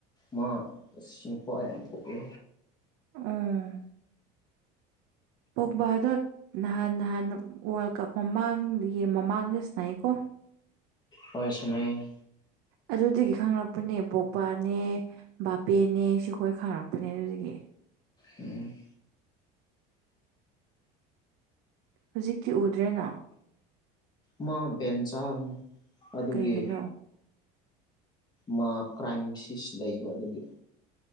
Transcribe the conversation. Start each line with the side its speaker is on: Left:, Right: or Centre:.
Left: ꯃꯥ ꯑꯁꯤ ꯅꯨꯄꯥ ꯌꯥꯝ ꯊꯣꯛꯂꯦ
Right: ꯎꯝ ꯄꯣꯛꯕꯗꯣ ꯅꯍꯥꯟ ꯅꯍꯥꯟ ꯋꯥꯔꯜ ꯀꯞ ꯃꯃꯥꯡꯒꯤ ꯃꯃꯥꯡꯗ ꯁꯥꯟꯅꯩꯀꯣ
Left: ꯍꯣꯏ ꯁꯥꯟꯅꯩꯌꯦ
Right: ꯑꯗꯨꯗꯒꯤ ꯈꯪꯪꯂꯛꯄꯅꯦ ꯄꯣꯛꯕꯥꯅꯦ ꯕꯥꯄꯦꯅꯦ ꯁꯤꯈꯣꯏ ꯈꯪꯉꯔꯛꯄꯅꯦ ꯑꯗꯨꯗꯒꯤ
Left: ꯎꯝ
Right: ꯍꯧꯨꯖꯤꯛꯀꯤ ꯎꯗ꯭ꯔꯦꯅ
Left: ꯃꯥ ꯚꯦꯟ ꯆꯥꯕꯅꯤ ꯑꯗꯨꯒꯤ
Right: ꯀꯩꯒꯤꯅꯣ
Left: ꯃꯥ ꯀ꯭ꯔꯥꯏꯝꯁꯤꯁ ꯂꯩꯕ ꯑꯗꯨꯒꯤ